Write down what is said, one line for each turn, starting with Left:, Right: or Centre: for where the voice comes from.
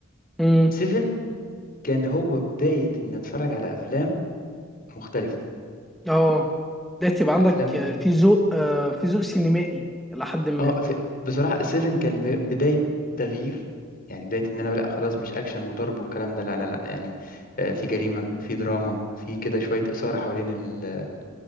Centre: مم.
Left: سيفن كان هو بداية إن أتفرج على أفلام مختلفة
Centre: اه ده تبقى عندك
Left: أفلام
Centre: آه، في ذوق آه، في ذوق سينمائي الى حد ما
Left: اه في... بصراحة سيفن كان ب- بداية تغيير يعني بداية إن أنا لأ خلاص مش أكشن وضرب والكلام ده لا لا لا يعني آه، في جريمة في دراما في كده شوية إثارة حوالين ال...